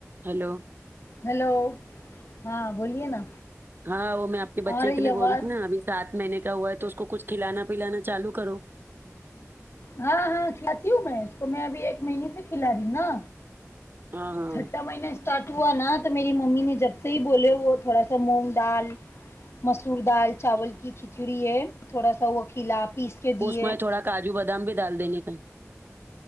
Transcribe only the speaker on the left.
hello ہاں بولیے نا
آ
آواز
ہاں ہاں کھلاتی ہوں میں اس تو میں ابھی ایک مہینے سے کھلا رہی ہوں نا
چھٹا مہین اسارٹ ہوا نا تو میری ممی نے جب سے ہی بولے وہ تھوڑا سا مونگ ڈال مسور دال چاول کی کھچڑی ہے تھوڑا سا وہ کھیلا پیس کے دیے